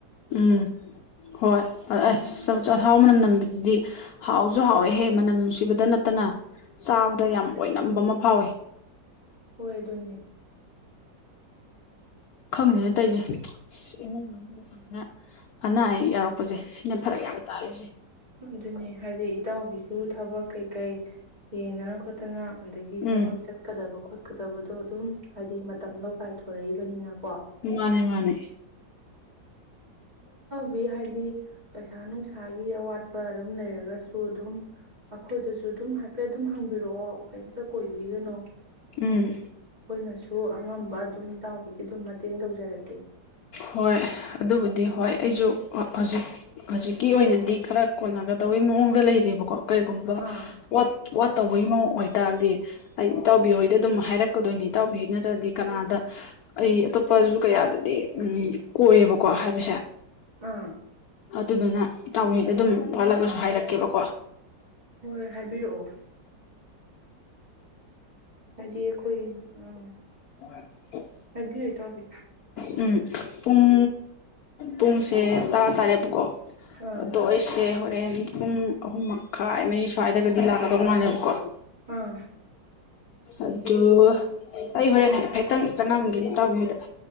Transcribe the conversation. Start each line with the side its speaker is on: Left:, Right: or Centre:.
Left: ꯎꯝ ꯍꯣꯏ ꯑꯩ
Right: ꯎꯝ
Left: ꯆꯥꯛꯍꯥꯎ ꯃꯅꯝ ꯅꯝꯕꯤꯒ ꯑꯗꯨꯗꯤ ꯍꯥꯎꯁꯨ ꯍꯥꯎꯋꯦꯍꯦ ꯃꯅꯝ ꯅꯨꯡꯁꯤꯕꯗ ꯅꯠꯇꯅ ꯆꯥꯕꯗ ꯌꯥꯝ
Right: ꯍꯣꯏ
Left: ꯂꯕ ꯑꯃ ꯐꯥꯎꯋꯤ
Right: ꯍꯣꯏ ꯑꯗꯨꯅꯦ
Left: ꯈꯪꯅꯦꯦꯅ ꯇꯧꯁꯦ ꯑ ꯏꯃꯨꯡ ꯃꯅꯨꯡꯒꯤ ꯁꯨꯃꯥꯏꯅ ꯑꯅꯥ ꯑꯌꯦꯛ ꯌꯥꯎꯔꯛꯄꯁꯦ ꯁꯤꯅ ꯐꯔꯛ ꯌꯥꯝ ꯇꯥꯔꯤꯁꯦ
Right: ꯑꯗꯨꯅꯤ ꯍꯥꯏꯗꯤ ꯏꯇꯥꯎꯕꯤꯁꯨ ꯊꯕꯛ ꯀꯩꯀꯩ ꯌꯦꯡꯗꯅ ꯈꯣꯠꯇꯅ ꯑꯗꯒꯤ
Left: ꯎꯝ
Right: ꯊꯕꯛ ꯆꯠꯀꯗꯕ ꯈꯣꯄ ꯆꯀꯗꯕꯗꯣ ꯑꯗꯨꯝ ꯍꯥꯏꯗꯤ ꯃꯇꯝ ꯂꯧ ꯀꯥꯏꯊꯣꯔꯛꯏꯕꯅꯤꯅꯀꯣ
Left: ꯃꯥꯅꯦ ꯃꯥꯅꯦ
Right: ꯕꯤ ꯍꯥꯏꯗꯤ ꯄꯩꯁꯥ ꯅꯨꯡꯁꯥꯒꯤ ꯑꯋꯥꯠꯄ ꯑꯗꯨꯝ ꯂꯩꯔꯒꯁꯨ ꯑꯗꯨꯝ ꯑꯩꯈꯣꯏꯗꯁꯨ ꯑꯗꯨꯝ ꯍꯥꯏꯐꯦꯠ ꯑꯗꯨꯝ ꯍꯪꯕꯤꯔꯛꯑꯣ ꯀꯔꯤꯝꯇ ꯀꯣꯏꯕꯤꯒꯅꯣ
Left: ꯎꯝ
Right: ꯍꯥꯏꯗꯤ ꯑꯩꯈꯣꯏꯅꯁꯨ ꯑꯗꯨ ꯑꯉꯝꯕ ꯑꯗꯨꯝ ꯏꯇꯥꯎꯕꯤꯒꯤ ꯑꯗꯨꯝ ꯃꯇꯦꯡ ꯇꯧꯖꯔꯛꯀꯦ
Left: ꯍꯣꯏ ꯑꯗꯨꯕꯨꯗꯤ ꯍꯣꯏ ꯑꯩꯁꯨ ꯍꯧꯖꯤꯛ ꯍꯧꯖꯤꯛꯀꯤ ꯑꯣꯏꯅꯗꯤ ꯈꯔ ꯀꯣꯟꯅꯒꯗꯩ ꯃꯑꯣꯡꯗ ꯂꯩꯀꯣ ꯀꯩꯒꯨꯝꯕ
Right: ꯑꯥ
Left: ꯋꯥꯠ ꯋꯥꯠ ꯇꯧꯕꯒꯤ ꯃꯑꯣꯡ ꯑꯣꯏꯇꯥꯔꯗꯤ ꯑꯩ ꯏꯇꯥꯎꯕꯤꯍꯣꯏꯗ ꯑꯗꯨꯝ ꯍꯥꯏꯔꯛꯀꯗꯣꯏꯅꯤ ꯏꯇꯥꯎꯕꯤꯍꯣꯏ ꯅꯠꯇ꯭ꯔꯗꯤ ꯀꯅꯥꯗ ꯑꯩ ꯑꯇꯣꯞꯄꯁꯨ ꯀꯌꯥ ꯎꯝ ꯀꯣꯢꯌꯦꯕꯀꯣ ꯍꯥꯏꯕꯁꯦ
Right: ꯑꯥ
Left: ꯑꯗꯨꯗꯨꯅ ꯏꯇꯥꯎꯍꯍꯩꯗ ꯑꯗꯨꯝ ꯋꯥꯠꯂꯒꯁꯨ ꯍꯥꯏꯔꯛꯀꯦꯕꯀꯣ
Right: ꯍꯣꯏ ꯍꯥꯏꯕꯤꯔꯛꯑꯣ ꯍꯥꯏꯗꯤ ꯑꯩꯈꯣꯏ ꯑꯥ
Left: ꯍ
Right: ꯍꯥꯏꯕꯤ ꯏꯇꯥꯎꯕꯤ
Left: ꯎꯝ ꯄꯨꯡ ꯄꯨꯡꯁꯦ ꯇꯔꯥ ꯇꯥꯔꯦꯕꯀꯣ
Right: ꯑꯥ
Left: ꯑꯗꯣ ꯑꯩꯁꯦ ꯍꯣꯔꯦꯟ ꯄꯨꯡ ꯑꯍꯨꯝ ꯃꯈꯥꯏ ꯃꯔꯤ ꯁ꯭ꯋꯥꯏꯗꯒꯗꯤ ꯂꯥꯛꯀꯗꯧ ꯃꯥꯜꯂꯦꯕꯀꯣ <unintelligible>
Right: ꯑꯥ
Left: ꯑꯗꯨ ꯑꯩ ꯍꯣꯔꯦꯟ ꯍꯥꯢꯐꯦꯠꯇꯪ ꯆꯪꯉꯝꯒꯦꯅꯤ ꯇꯥꯎꯕꯤꯍꯣꯢꯗ